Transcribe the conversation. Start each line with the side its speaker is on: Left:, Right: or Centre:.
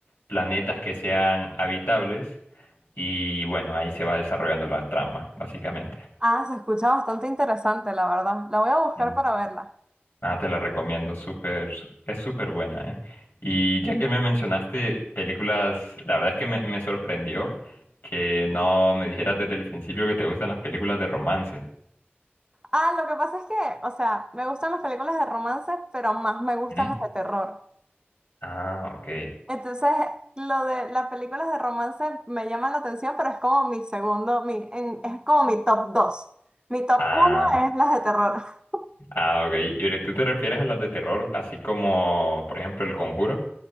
Left: planetas que sean habitables y bueno, ahí se va desarrollando la trama, básicamente.
Right: Ah, se escucha bastante interesante, la verdad. La voy a buscar
Left: Sí.
Right: para verla.
Left: Nada, te la recomiendo, súper, su- es súper buena, ¿eh? Y ya que me mencionaste películas, la verdad es que me, me sorprendió que no me dijeras desde el principio que te gustan las películas de romance.
Right: Ah, lo que pasa es que, o sea, me gustan las películas de romance, pero más me gustan
Left: Ujú.
Right: las de terror.
Left: Ah, ok.
Right: Entonces, lo de las películas de romance me llama la atención, pero es como mi segundo, mi, en- es como mi top 2. Mi top
Left: Ah,
Right: uno es las de terror. <laughs>
Left: ah, ok. ¿Y ahorita tú te refieres a las de terror, así como, por ejemplo, El Conjuro?